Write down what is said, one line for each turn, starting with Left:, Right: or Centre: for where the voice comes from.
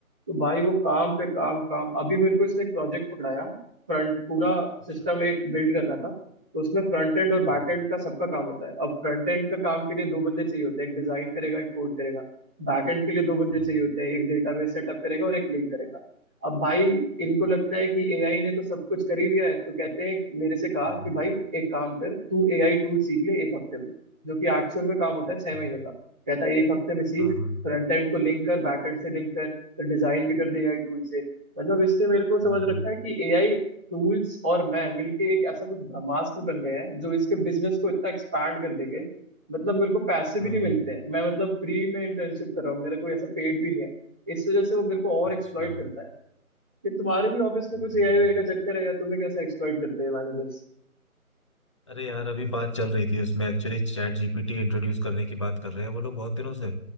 Centre: तो भाई वो काम पे काम काम अभी मेरे को इसने एक प्रोजेक्ट पकड़ाया फ्रंट पूरा
Left: अच्छा
Centre: सिस्टम एक बिल्ड करना था तो उसमें फ्रंट एंड और बैक
Left: हम्म,
Centre: एंड का सबका काम होता है अब फ्रंट एंड का काम के लिए दो बंदे चाहिए होते हैं एक डिजाइन करेगा एक कोड करेगा बैक एंड के लिए दो बंदे
Left: हाँ
Centre: चाहिए होते हैं एक डेटाबेस सेटअप करेगा और एक लिंक करेगा अब भाई
Left: अच्छा
Centre: इनको लगता है कि एआई ने तो सब कुछ कर ही दिया है तो कहते हैं मेरे से कहा
Left: हाँ
Centre: कि भाई एक काम कर तू एआई टूल सीख ले एक हफ्ते में जो कि एक्चुअल में काम होता
Left: अच्छा,
Centre: है छह महीने का कहता है एक हफ्ते में सीख
Left: हाँ हाँ
Centre: फ्रंट एंड को लिंक कर बैक एंड से लिंक कर डिजाइन भी कर दी एआई टूल से मतलब इसने मेरे को समझ
Left: हाँ हाँ
Centre: रखा है कि एआई टूल्स और मैं मिलके एक ऐसा कुछ ब्रह्मास्त्र बन गए हैं जो इसके बिजनेस को इतना एक्सपैंड कर देंगे मतलब मेरे को पैसे भी
Left: हाँ
Centre: नहीं मिलते हैं मैं मतलब फ्री में इंटर्नशिप कर रहा हूँ मेरा कोई ऐसा पेड भी नहीं है इस वजह से वो मेरे को और
Left: अच्छा
Centre: एक्सप्लॉइट करता है कि तुम्हारे भी ऑफिस में
Left: अरे
Centre: कुछ एआई
Left: यार
Centre: वाई का चक्कर है या तुम्हें कैसे एक्सप्लॉइट करते हैं मैनेजर्स
Left: अरे यार अभी बात चल रही थी उसमें एक्चुअली चैट जीपीटी इंट्रोड्यूस करने की बात कर रहे हैं वो लोग बहुत दिनों से